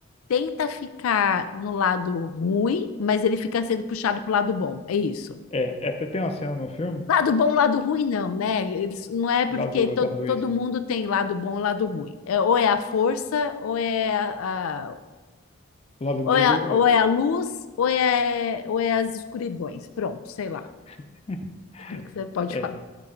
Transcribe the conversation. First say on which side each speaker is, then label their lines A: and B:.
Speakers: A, on the left (about 75°); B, on the left (about 30°).
A: tenta ficar no lado ruim, mas ele fica sendo puxado pro lado bom. É isso.
B: É, é, até tem uma cena no filme,
A: Lado bom, lado ruim, não, né? Eles, não é porque
B: lá do,
A: todo,
B: da luz,
A: todo mundo tem lado bom e lado ruim. É, ou é a força, ou é a, a-
B: lado
A: ou
B: negro,
A: é a,
B: ou-
A: ou é a luz, ou é, ou é as escuridões. Pronto, sei lá.
B: <laughs>
A: Como que você pode
B: é.
A: falar?